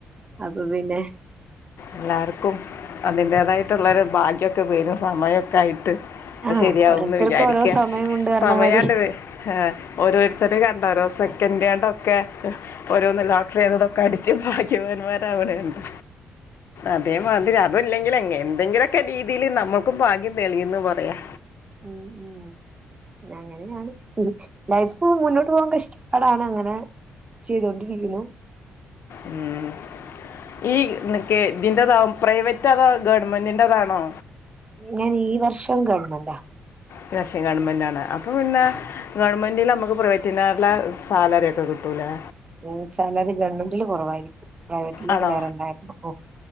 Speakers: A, on the right (about 25°); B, on the left (about 60°).
A: അപ്പൊ പിന്നെ.
B: എല്ലാർക്കും അതിന്റേതായിട്ടുള്ളൊരു ഭാഗ്യൊക്കെ വരും സമയൊക്കെ ആയിട്ട്. അപ്പശരിയാവുന്ന്
A: ആഹ് ഓരോരുത്തർക്കും
B: വിചാരിക്യ
A: ഓരോ സമയമുണ്ട് പറഞ്ഞമാരി
B: സമയാണ്ട് വേ ആഹ് ഓരോര്ത്തര്ട് കണ്ടോ ഒരോ സെക്കന്റോണ്ടോ ക്കെ ഓരോന്ന് ലോട്രി അതുതോക്കേഅടിച്ച് ഭാഗ്യവാന്മാരവ്ണണ്ട് അതേമാതിരി അതോല്ലങ്കില് എങ് എന്തെങ്കിലൊക്കെ രീതിയിൽ നമ്മുക്കും ഭാഗ്യം തെളീംന്ന് പറയാ
A: ഉം ഉം അങ്ങനെയാണ് ലൈഫ് മുന്നോട്ട് പോകാൻ കഷ്ടപ്പാടാണ് അങ്ങനെ ചെയ്തൊണ്ടിരിക്കുന്നു
B: ഉം ഈ ന്ക്ക് ഇതിന്റതാവു പ്രൈവറ്റതോ ഗവൺമെന്റിന്റതാണോ
A: ഞാൻ ഈ വർഷം ഗവണ്മന്റ
B: ഈ വർഷം ഗവൺമെന്റാണ് അപ്പൊ പിന്നെ ഗവൺമെന്റിലമ്മക്ക് പ്രൈവറ്റിലേലെ സാലറിയൊക്കെ കിട്ടൂലേ
A: ഉം സാലറി ഗവൺമെന്റ്ല് കൊറവായിരിക്കും പ്രൈവറ്റിലിതിലേറെണ്ടായിരുന്നു
B: ആണോ
A: <unintelligible>